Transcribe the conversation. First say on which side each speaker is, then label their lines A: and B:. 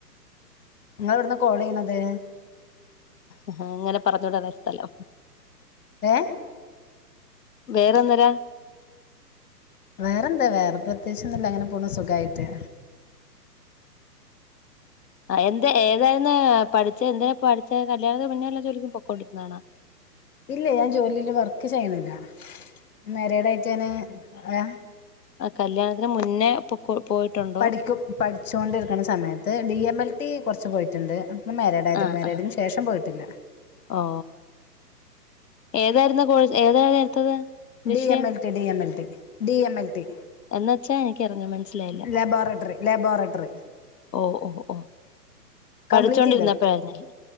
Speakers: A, on the left; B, on the left.
A: ഇങ്ങളെവിടുന്നാ കോള് ചെയ്യണത്?
B: ആഹ് ഇങ്ങനെ പറഞ്ഞോടതെ സ്ഥലം
A: ഏ
B: വേറെന്നരാ
A: വേറെന്താ വേറെ പ്രത്യേകിച്ച് ഒന്നുല്ല അങ്ങനെ പോണു സുഖായിട്ട്.
B: ആഹ് എന്താ ഏതായിരുന്നു പഠിച്ച് എന്തെ പഠിച്ച കല്യാണത്തിന് മുന്നേ വല്ല ജോലിക്കും പൊക്കോണ്ടിരുന്നതാണോ
A: ഇല്ല ഞാൻ ജോലില് വർക്ക് ചെയ്യണില്ല മേരീഡായിട്ടനെ ഏ
B: ആഹ് കല്യാണത്തിന് മുന്നേ പോയിട്ടുണ്ടോ
A: പഠിക്കും പഠിച്ചോണ്ടിരിക്കണ സമയത്ത് ഡി എം എൽ ടി കൊറച്ച് പോയിട്ടുണ്ട്. മാരീഡ് ആയത്
B: ആഹ്
A: മാരീഡിന്
B: ആഹ്
A: ശേഷം പോയിട്ടില്ല.
B: ഓ ഏതായിരുന്നു കോഴ് ഏതായിരുന്നു എടുത്തത് വിഷയം
A: ഡി എം L T, D M L T, D M L T
B: എന്ന് വെച്ചാ എനിക്കറിഞ്ഞു മനസ്സിലായില്ല
A: ലബോറട്ടറി ലബോറട്ടറി
B: ഓ ഓ ഓ പഠിച്ചോൊണ്ടിരുന്നപ്പോഴായിരുന്ന
A: കംപ്ലീറ്റ്
B: ല്ലേ